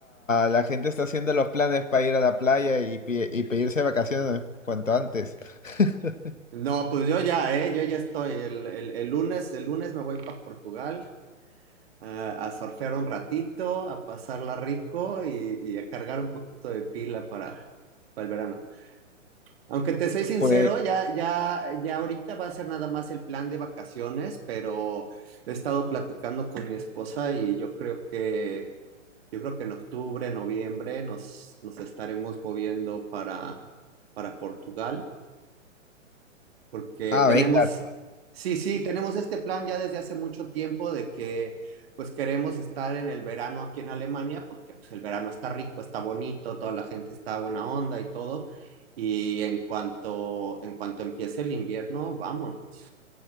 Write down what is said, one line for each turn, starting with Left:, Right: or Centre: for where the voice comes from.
Left: la gente está haciendo los planes para ir a la playa y, pi- y pedirse vacaciones cuanto antes. <laughs>
Right: no, pues yo ya, eh, yo ya estoy, el, el- el lunes, el lunes me voy para Portugal a, a surfear un ratito, a pasarla rico y, y a cargar un poquito de pila para, para el verano. Aunque te soy sincero,
Left: Pues,
Right: ya, ya, ya ahorita va a ser nada más el plan de vacaciones, pero he estado platicando con mi esposa y yo creo que, yo creo que en octubre, noviembre nos, nos estaremos moviendo para, para Portugal porque
Left: ah,
Right: tenemos,
Left: venga.
Right: sí, sí, tenemos este plan ya desde hace mucho tiempo de que pues queremos estar en el verano aquí en Alemania, porque pues, el verano está rico, está bonito, toda la gente está buena onda y todo. Y en cuanto, en cuanto empiece el invierno, vámonos.